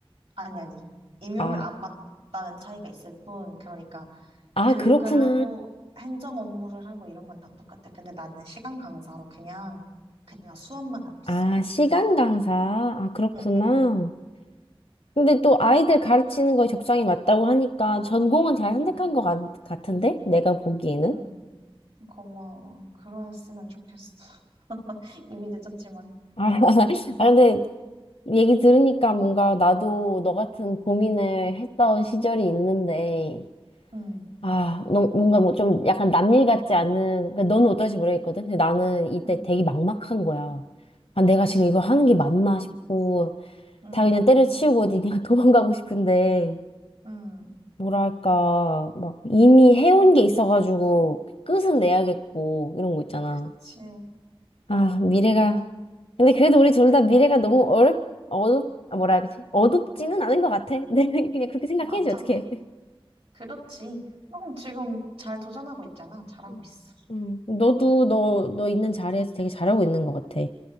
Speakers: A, on the right; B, on the left.
A: 아니, 아니. 임용을
B: 아,
A: 안 받다는 차이가 있을 뿐. 그러니까
B: 아,
A: 교육을
B: 그렇구나.
A: 하고 행정 업무를 하고 이런 건 다 똑같아. 근데 나는 시간 강사로 그냥, 그냥 수업만 하고 있어.
B: 아, 시간 강사. 아, 그렇구나.
A: 응, 응, 응.
B: 근데 또 아이들 가르치는 거에 적성이 맞다고 하니까 전공은 잘 선택한
A: 응,
B: 것 같, 같은데? 내가 보기에는?
A: 응. 고마워. 그러셨으면 좋겠어. <laughs> 이미 늦었지만.
B: 아, <laughs> 아, 근데 얘기 들으니까 뭔가 나도 너 같은 고민을
A: 응,
B: 했던 시절이 있는데,
A: 응,
B: 아, 너, 뭔가 뭐 좀 약간 남일 같지 않은, 그러니까 너는 어떨지 모르겠거든? 근데 나는 이때
A: 응.
B: 되게 막막한 거야. 아, 내가
A: 그치.
B: 지금 이걸 하는 게 맞나 싶고,
A: 응,
B: 다 그냥 때려치우고 어디 그냥 <laughs> 도망가고 싶은데,
A: 응.
B: 뭐랄까, 막 이미 해온 게 있어가지고 끝은 내야겠고, 이런 거 있잖아.
A: 그치.
B: 아, 미래가. 근데 그래도 우리 둘 다 미래가 너무 어렵, 어둡, 아, 뭐라 해야 되지? 어둡지는 않은 것 같아. <laughs> 내 그냥 그렇게 생각해야지,
A: 맞아.
B: 어떡해.
A: 그렇지. 응, 지금 잘 도전하고 있잖아. 잘하고
B: 음,
A: 있어.
B: 음. 너도 너, 너 있는 자리에서 되게 잘하고 있는 것 같아.